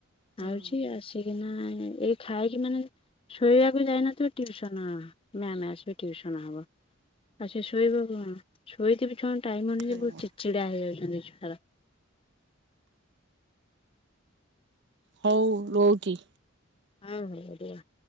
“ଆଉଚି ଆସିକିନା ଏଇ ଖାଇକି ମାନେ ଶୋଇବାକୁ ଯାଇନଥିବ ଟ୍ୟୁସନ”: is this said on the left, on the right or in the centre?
Left